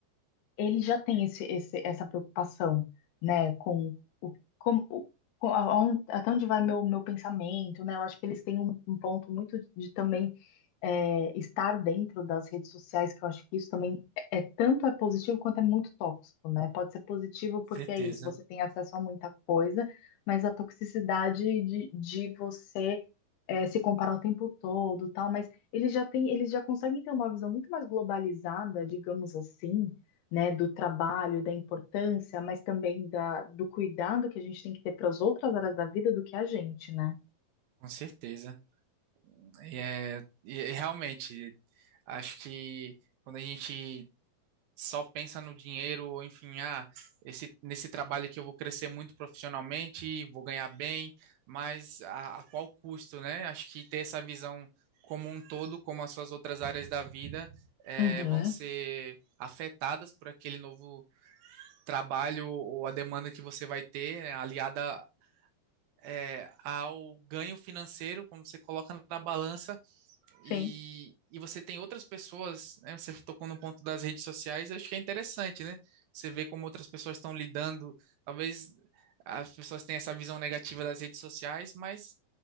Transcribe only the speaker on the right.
certeza,
com certeza. E, é, e e realmente, acho que quando a gente só pensa no dinheiro, ou enfim, ah, esse, nesse trabalho que eu vou crescer muito profissionalmente, vou ganhar bem, mas a, a qual custo, né? Acho que ter essa visão como um todo, como as suas outras áreas da vida, eh,
vão ser afetadas por aquele novo trabalho ou a demanda que você vai ter, né, aliada, eh, ao ganho financeiro, quando você coloca na balança
e, e você tem outras pessoas, né? Você tocou no ponto das redes sociais, eu acho que é interessante, né? Você vê como outras pessoas estão lidando. Talvez as pessoas tenham essa visão negativa das redes sociais, mas